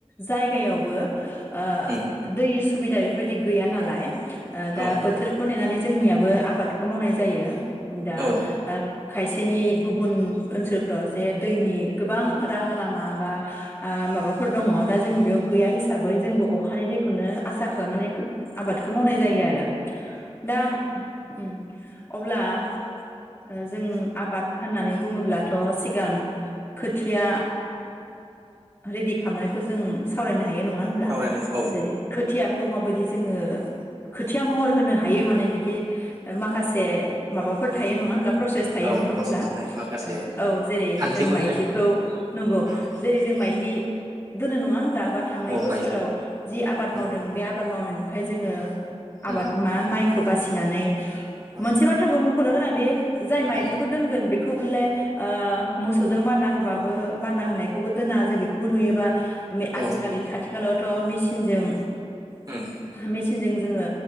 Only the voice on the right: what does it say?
उम
औ
औ
सावरायनांगौ औ
औ ओ
उम
औ
प्रसेस थायो माखासे
खान्थिफोर
थायो
उम
उम
औ
माइज्लि
उम
उम
उम औ
उम
औ
ओ
उम